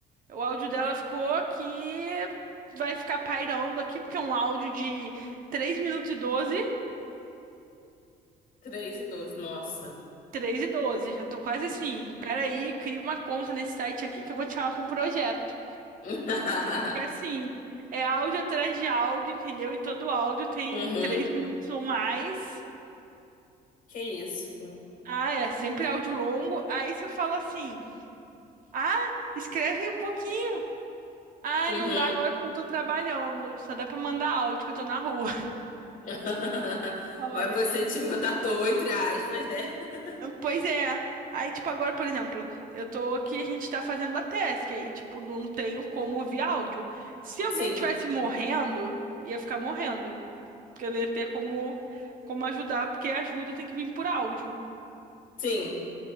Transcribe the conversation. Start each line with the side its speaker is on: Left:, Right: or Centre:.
Right: O áudio dela ficou que vai ficar pairando aqui, porque é um áudio de 3 minutos e 12
Left: <laughs> Três e dois. Nossa.
Right: 3 e 12 já tô quase assim. Peraí, cria uma conta nesse site aqui que eu vou te chamar pra um projeto.
Left: <laughs>
Right: Porque assim, é áudio atrás de áudio, entendeu? E todo áudio tem
Left: Uhum.
Right: 3 minutos ou mais.
Left: Que isso, meu.
Right: Ah, é, sempre áudio longo. Aí se eu falo assim, ah, escreve aí um pouquinho. Ah,
Left: Uhum.
Right: não dá agora porque eu tô trabalhando. Só dá pra mandar áudio que eu tô na rua. <laughs>
Left: <laughs>
Right: Olha.
Left: Mas você, tipo, tatuou entre aspas, né? <laughs>
Right: Pois é. Aí, tipo, agora, por exemplo, eu tô aqui, a gente tá fazendo a task, aí, tipo, não tenho como ouvir áudio. Se alguém
Left: Sim,
Right: tivesse morrendo, ia ficar morrendo. Porque eu não ia ter como, como ajudar, porque a ajuda tem que vir por áudio.
Left: sim.